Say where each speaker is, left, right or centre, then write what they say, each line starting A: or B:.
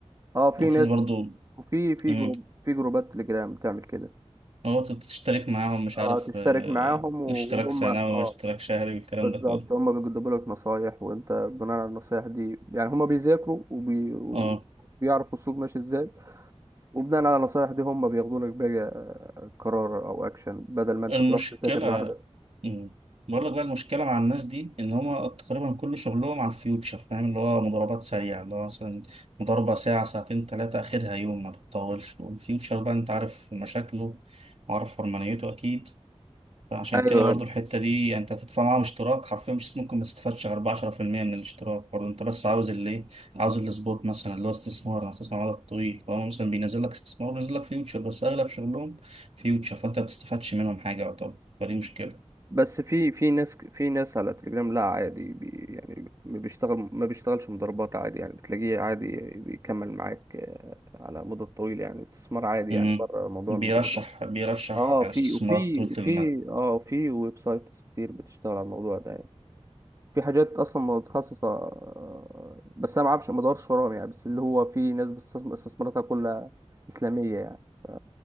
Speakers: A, on the right (about 30°); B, on the right (about 65°).
A: آه، آه، في
B: وفي
A: ناس
B: برضه
A: وفي في
B: مم،
A: جروب في جروبات تليجرام بتعمل كده
B: هو تشترك معاهم مش
A: اه
B: عارف
A: تشترك
B: آه،
A: معاهم وهم
B: اشتراك سنوي
A: اه
B: واشتراك شهري والكلام
A: بالظبط
B: ده كله
A: هما بيجدبوا لك نصايح وانت بناء على النصايح دي يعني هما بيذاكروا وبي...
B: اه
A: وبيعرفوا السوق ماشي ازاي وبناء على النصايح دي هما بياخدوا لك بقى قرار او اكشن بدل ما انت
B: المشكلة
A: تروح تذاكر لوحدك
B: مم. بقول لك بقى المشكلة مع الناس دي إن هما تقريبا كل شغلهم على الفيوتشر فاهم اللي هو مضاربات سريعة اللي هو مثلا مضاربة ساعة ساعتين تلاتة آخرها يوم ما بتطولش والفيوتشر بقى أنت عارف مشاكله وعارف حرمانيته أكيد عشان
A: ايوه
B: كده برضو الحتة دي يعني انت هتدفع معاهم اشتراك حرفيا مش ممكن ما تستفادش غير بعشرة في المية من الاشتراك برضو انت بس عاوز اللي ايه، عاوز السبوت مثلا اللي هو استثمار انا هستثمر على طويل فهو مثلا بينزل لك استثمار بينزل لك فيوتشر بس اغلب شغلهم فيوتشر فانت ما بتستفادش منهم حاجة يعتبر فدي مشكلة
A: بس في في ناس في ناس على تليجرام لا عادي بي... يعني ما بيشتغل ما بيشتغلش مضاربات عادي يعني بتلاقيه عادي بيكمل معاك آه، على مدة طويلة يعني استثمار عادي يعني
B: امم
A: بره موضوع
B: بيرشح
A: المضاربات
B: بيرشح
A: اه
B: استثمارات
A: في وفي
B: طويلة
A: وفي
B: المدى
A: اه في ويب سايتس كتير بتشتغل على الموضوع ده في حاجات اصلا متخصصه آه، بس انا ما اعرفش ما ادورش وراهم يعني بس اللي هو في ناس بتستثم- استثماراتها كلها اسلاميه يعني ف-